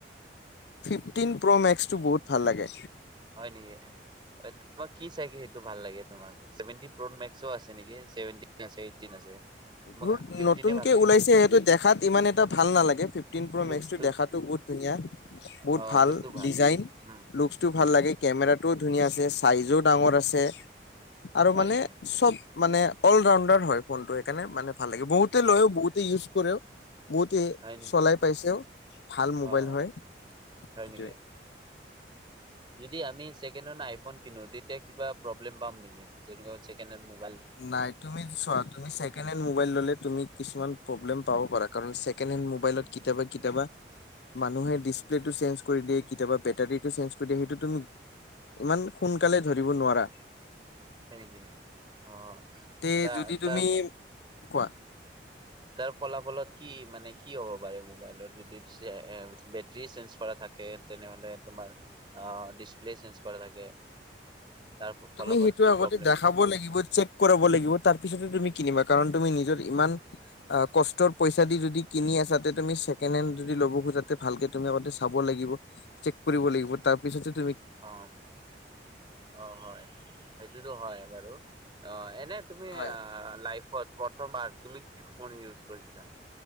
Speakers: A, on the left; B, on the right.
A: ফিফটিন প্ৰ মেক্স টো মেক্সটো বহুত ভাল লাগে
B: হয় নেকি তোমাক কি চাই কি সেইটো ভাল লাগে তোমাকে চেভেনটিন প্ৰ মেক্সো আছে নেকি চেভেনটিন আছে এইটটিন আছে তোমাক
A: বহু
B: ফিফটিনে
A: নতুনকে
B: ভাল লাগে
A: ওলাইছে সিহটো দেখাত ইমান এটা ভাল নালাগে ফিফটিন প্ৰ
B: লুকচটো
A: মেক্সটো দেখাতো ধুনীয়া বহুত
B: অ',
A: ভাল
B: লুকটো
A: ডিজাইন
B: উম,
A: লুকচটোও
B: উম,
A: ভাল লাগে কেমেৰাত টো ধুনীয়া আছে চাইজো ডাঙৰ আছে আৰু
B: হয়
A: মানে
B: নেকি?
A: চব মানে অল ৰাণ্ডাৰ হয় ফোনটো সেইকাৰণে মানে ভাল লাগে বহুতে লয়ও বহুতে ইউজ কৰেও বহুতে
B: হয় নেকি?
A: চলাই পাইছেও ভাল মোবাইল
B: অ',
A: হয়
B: হয়
A: সেটোৱে
B: নেকি? যদি আমি ছেকেণ্ড হেণ্ড আইফোন কিনো তেতিয়া কিবা প্ৰব্লেম পাম নেকি যেনেকোৱা ছেকেণ্ড হেণ্ড ম'বাইল
A: নাই তুমি চোৱা তুমি ছেকেণ্ড হেণ্ড মোবাইল ললে তুমি কিছুমান প্ৰব্লেম পাব পাৰা কাৰণ ছেকেণ্ড হেণ্ড ম'বাইলত কেতিয়াবা কেতিয়াবা মানুহে ডিচপ্লেটো চেঞ্জ কৰি দিয়ে কেতিয়াবা বেটাৰিটো চেঞ্জ কৰি দিয়ে সেইটো ইমান সোনকালে ধৰিব নোৱাৰা
B: হয় নেকি অ
A: তে
B: ত
A: যদি তুমি
B: তাৰ
A: কোৱা
B: তাৰ ফলাফলত কি মানে কি হ'ব পাৰে মবাইলত বেটাৰি চেঞ্জ কৰা থাকে তেনেহলে তোমাৰ ডিচপ্লে চেঞ্জ কৰা থাকে তাৰ ফলাফল
A: তুমি সেইটো
B: কি
A: আগতে
B: প্ৰব্লেম
A: দেখাব লাগিব চেক কৰাব লাগিব তাৰপিছতহে তুমি কিনিবা কাৰণ তুমি নিজৰ ইমান কষ্টৰ পইচা দি যদি কিনি আছা তাতে তুমি ছেকেণ্ড হেণ্ড যদি ল'ব খোজা যাতে ভালকে তুমি আগতে চাব লাগিব চেক কৰিব লাগিব তাৰপিছতহে
B: অ অ হয় সেই সেইটোতো হয় বাৰু অ এনে তুমি
A: হয়
B: লাইফত প্ৰথমবাৰ তুমি কি ফোন ইউজ কৰিছিলা